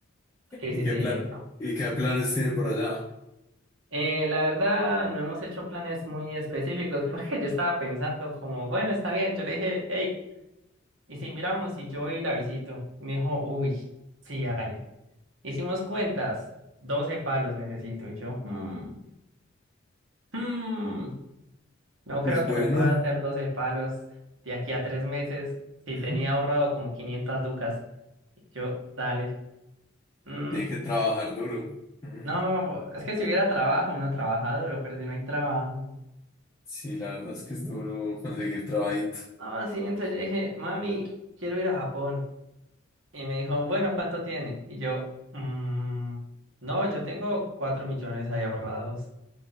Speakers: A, on the right; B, on the left.
A: Sí,
B: ¿Y
A: sí,
B: qué
A: sí.
B: plan,
A: epa.
B: y qué planes tiene por allá?
A: Eh, la verdad, no hemos hecho planes muy específicos porque <laughs> yo estaba pensando como, bueno, está bien. Yo le dije, hey, ¿y si miramos y yo voy y la visito? Y me dijo, uy, sí, hágale. Hicimos cuentas, 12 palos necesito. Y yo, "Hmm, hmm, no
B: Pues
A: creo que
B: bueno,
A: me pueda hacer 12 palos de aquí a tres meses si
B: <laughs>
A: tenía ahorrado como 500 lucas. Y yo, dale. hmm,
B: tiene que trabajar duro. Ujú.
A: No, es que si hubiera trabajo, uno trabaja duro, pero si no hay trabajo.
B: Sí, la verdad es que es duro conseguir trabajito.
A: No, sí, entonces yo dije, mami, quiero ir a Japón. Y me dijo, bueno, ¿cuánto tiene? Y yo, "Mm, no, yo tengo cuatro millones ahí ahorrados.